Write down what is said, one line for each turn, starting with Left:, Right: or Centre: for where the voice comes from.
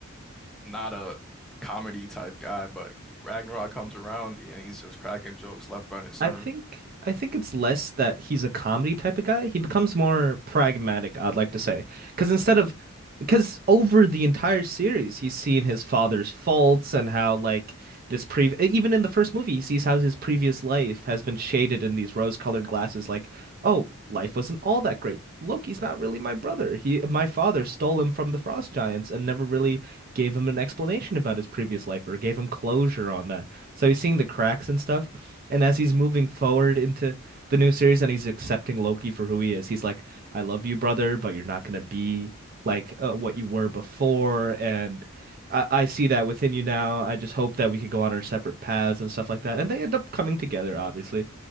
Centre: not a comedy type guy, but Ragnarok comes around and he's just cracking jokes left, right, and center.
Right: I think I think it's less that he's a comedy type of guy. He becomes more pragmatic, I'd like to say. Because instead of because over the entire series, he's seen his father's faults and how like this pre even in the first movie, he sees how his previous life has been shaded in these rose-colored glasses like, "Oh, life wasn't all that great. Loki's not really my brother. He my father stole him from the Frost Giants and never really gave him an explanation about his previous life or gave him closure on that." So he's seeing the cracks and stuff. And as he's moving forward into the new series and he's accepting Loki for who he is, he's like, I love you, brother, but you're not going to be like uh, what you were before. And I, I see that within you now. I just hope that we could go on our separate paths and stuff like that. And they end up coming together, obviously.